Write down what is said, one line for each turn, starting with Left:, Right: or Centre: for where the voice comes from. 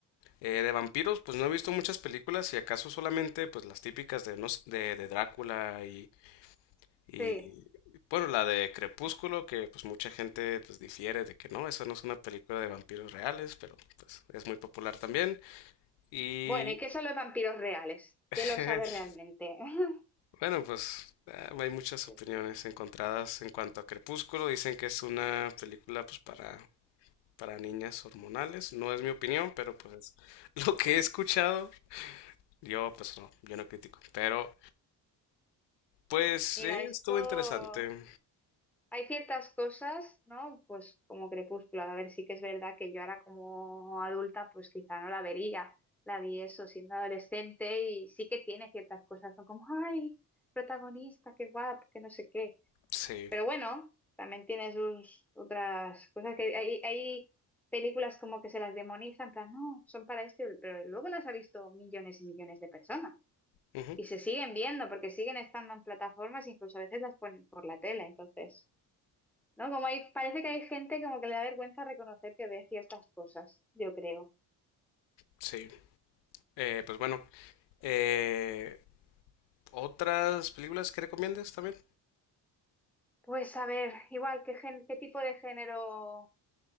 Left: Eh, de vampiros, pues no he visto muchas películas y acaso solamente pues las típicas de, no sé, de, de Drácula y, y
Centre: sí.
Left: bueno, la de Crepúsculo que pues mucha gente pues difiere de que no, esa no es una película de vampiros reales, pero pues es muy popular también. Y
Centre: Bueno, ¿y qué son los vampiros reales?
Left: <laughs>
Centre: ¿Quién lo sabe realmente? <laughs>
Left: bueno, pues ah, hay muchas
Centre: Sí.
Left: opiniones encontradas en cuanto a Crepúsculo, dicen que es una película pues para para niñas hormonales, no es mi opinión, pero pues <laughs> lo que he escuchado, yo pues no, yo no critico, pero Pues
Centre: Mira,
Left: eh,
Centre: esto...
Left: estuvo interesante.
Centre: Hay ciertas cosas, ¿no? Pues como Crepúsculo, a ver, sí que es verdad que yo ahora como adulta, pues quizá no la vería. La vi eso siendo adolescente y sí que tiene ciertas cosas, ¿no? Como, ay, protagonista, qué guapo, que no sé qué.
Left: Sí.
Centre: Pero bueno, también tiene sus otras cosas que hay, hay, hay películas como que se las demonizan, en plan, no, son para esto, pero luego las ha visto millones y millones de personas
Left: ujú,
Centre: y se siguen viendo porque siguen estando en plataformas, incluso a veces las ponen por la tele, entonces, ¿no? Como hay, parece que hay gente como que le da vergüenza reconocer que ve ciertas cosas, yo creo.
Left: Sí. Eh, pues bueno. eh, ¿otras películas que recomiendas también?
Centre: Pues a ver, igual, ¿qué gen- qué tipo de género